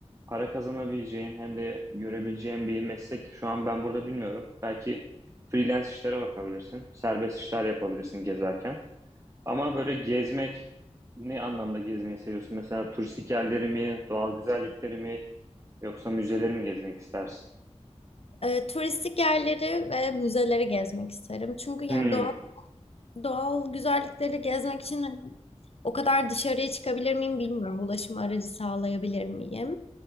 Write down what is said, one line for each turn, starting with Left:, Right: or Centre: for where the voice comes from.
Right: para kazanabileceğin hem de görebileceğin bir meslek şu an ben burada bilmiyorum. Belki freelance işlere bakabilirsin. Serbest işler yapabilirsin gezerken. Ama böyle gezmek ne anlamda gezmeyi seviyorsun? Mesela turistik yerleri mi, doğal güzellikleri mi yoksa müzeleri mi gezmek istersin?
Left: E, turistik yerleri ve müzeleri gezmek isterim. Çünkü yani
Right: Hmm,
Left: doğal, doğal güzellikleri gezmek için hani o kadar dışarıya çıkabilir miyim bilmiyorum. Ulaşım aracı sağlayabilir miyim?